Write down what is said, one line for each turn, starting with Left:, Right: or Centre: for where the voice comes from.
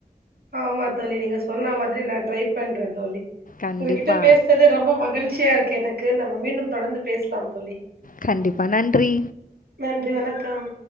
Right: ஆமா தோழி நீங்க சொன்ன மாதிரி நா ட்ரை பண்ற தோழி
Left: கண்டிப்பா,
Right: உங்ககிட்ட பேசுறது ரொம்ப மகிழ்ச்சியா இருக்கு எனக்கு நம்ம மீண்டும் தொடர்ந்து பேசலாம் தோழி
Left: கண்டிப்பா நன்றி
Right: நன்றி வணக்கம்